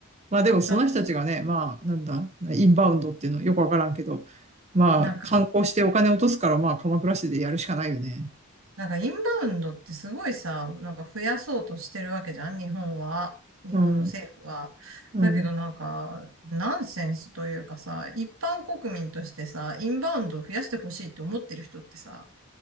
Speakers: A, on the right (about 30°); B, on the right (about 85°).
A: まあでもその人たちがね、
B: なんか、
A: まあなんだ、インバウンドっていうのよくわからんけど、まあ観光してお金落とすからまあ鎌倉市でやるしかないよね。
B: なんかなんかインバウンドってすごいさ、なんか増やそうとしてるわけじゃん、日本は。日本の政府は。
A: うん。うん。
B: だけどなんか、ナンセンスというかさ、一般国民としてさ、インバウンドを増やしてほしいと思ってる人ってさ、